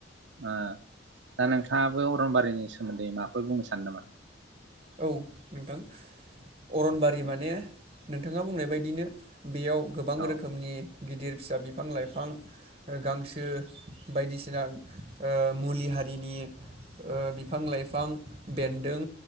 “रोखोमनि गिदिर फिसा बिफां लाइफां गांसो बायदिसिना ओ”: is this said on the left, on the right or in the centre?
Right